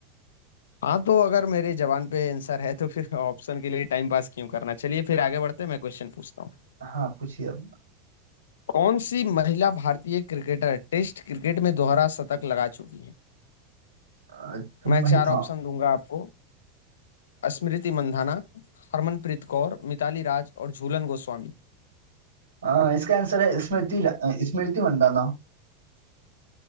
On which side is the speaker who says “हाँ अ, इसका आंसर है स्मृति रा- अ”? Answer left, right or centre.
Right